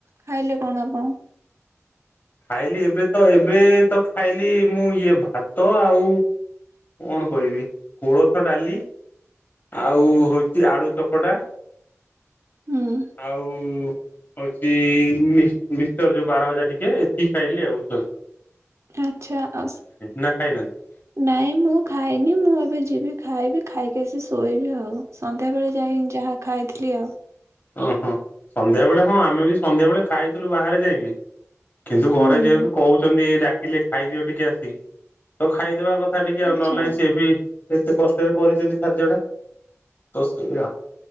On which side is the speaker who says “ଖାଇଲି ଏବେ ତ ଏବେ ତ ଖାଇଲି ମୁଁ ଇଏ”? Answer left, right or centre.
Left